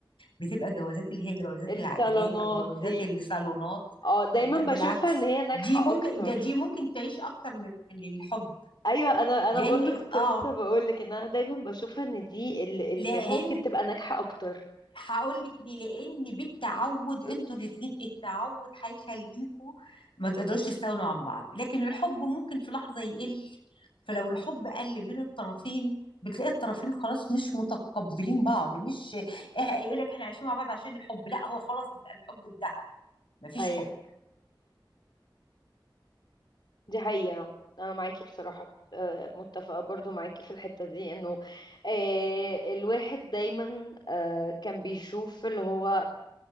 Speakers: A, on the left (about 80°); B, on the left (about 60°).
A: بتبقى جوازات اللي هي جوازات
B: الصالونات
A: العائلات او جوازات
B: دي
A: الصالونات
B: اه دايما
A: لا بالعكس
B: بشوفها ان هي ناجحة
A: دي ممكن
B: اكتر
A: ده دي ممكن تعيش اكتر من من الحب
B: ايوه انا انا
A: لان
B: برضو كنت
A: اه
B: لسه بقولك ان انا دايما بشوفها ان دي اللي اللي
A: لان
B: ممكن تبقى ناجحة اكتر
A: هقول لك ليه لان بالتعود انتوا الاثنين التعود هيخليكوا ما تقدروش تستغنوا عن بعض لكن الحب ممكن في لحظه يقل فلو الحب قل بين الطرفين بتلاقي الطرفين خلاص مش متقبلين بعض مش إيه يقول لك احنا عايشين مع بعض عشان الحب لا هو خلاص بيبقى الحب انتهى مفيش
B: ايوه
A: حب
B: دي حقيقة أنا معاكي بصراحة آه، متفقة برضو معاكي في الحتة دي إنه آه، الواحد دايما آه، كان بيشوف اللي هو